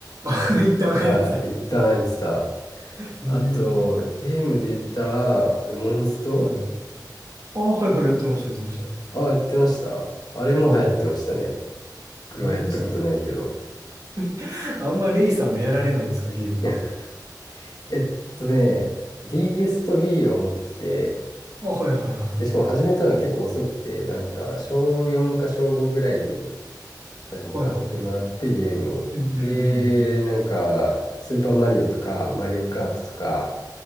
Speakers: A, on the right; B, on the left.
A: いはい。<laughs> 一旦流行ってた。
B: はい、一旦流行ってた。
A: えー、
B: あと、ゲームで言ったら、モンスト
A: はい。ああ、はいはい、やってました、やってました。
B: あやってました。あれも流行ってましたね。
A: はい。
B: 僕はやったことないけど。
A: モンスト。<laughs> あんまレイさんはやられないんですか、ゲームは。
B: <laughs> えっとね、DS と Wii は持ってて、
A: あ、はいはいはい。
B: で、しかも始めたの結構遅くて、なんか、小4か小5ぐらいに初めて買ってもらってゲームを。
A: はいはいはい。うんうんうん。
B: で、なんか、スーパーマリオとか、マリオカートとか、